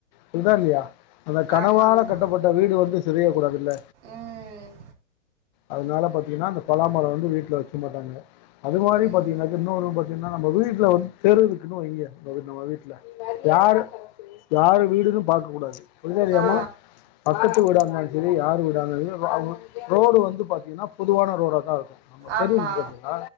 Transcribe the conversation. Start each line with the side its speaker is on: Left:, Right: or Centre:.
Left: கேக்குதா இல்லையா அந்த கனவால
Right: ஆமா ஆமா
Left: கட்டப்பட்ட வீடு வந்து சிதரிர கூடாதுல்ல
Right: ம்
Left: அதனால பாத்தீங்கன்னா அந்த பலாமரோ வந்து வீட்ல வெக் வெக்க மாட்டாங்க அது மாரி
Right: ம்
Left: பாத்தீங்கன்னாக்க இன்னொரு <unintelligible> ஏன்னா நம்ம வீட்ல வந்து தெரு இருக்குன்னு வெயி நம்ம வீட்ல யாரு யாரு வீடுனு பாக்கக் கூடாது உள்ளரியாம
Right: ஆ
Left: அத் பக்கத்து விடா இருந்தாலு சேரி யாரு விடா வீடா இருந்தாலு சேரி ரோடு வந்து பாத்தீங்கன்னா பொதுவான ரோடாத்தா இருக்கு
Right: ஆமா
Left: தெரு இருக்கு பாத்திங்களா